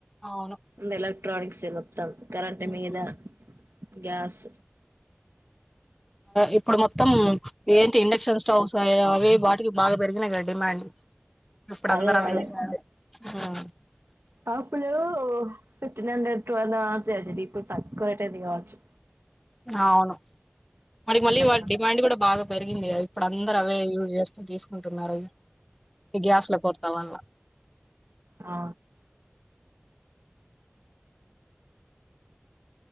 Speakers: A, in the centre; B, on the right.
A: అవును
B: ఉ ఎలక్ట్రనిక్స్ ఏ మోత్తం కరంట్
A: ఉమ్.
B: మీద గ్యాస్
A: ఇప్పుడు మొత్తం ఏంటి ఇండక్షన్ స్టవ్స్ అ అవి వాటికి బాగా పెరిగినయి కదా డిమాండ్ ఇప్పుడు
B: అదే
A: అందరు అవే
B: అదే
A: <unintelligible> ఆ
B: అప్పుడు ఫిఫ్టీన్ హండ్రెడ్ <unintelligible> ఇప్పుడు తక్కువ అయితుంది కావచ్చు
A: అవును మ మళ్ళీ
B: ఇండక్షన్స్
A: వాళ డిమాండ్
B: తో
A: కూడా బాగ పెరిగింది ఇప్పుడు అందరు అవే యూజ్ చేస్తూ తీసుకుంటున్నారు అని ఇ గ్యాస్ ల కొరతవల
B: ఆ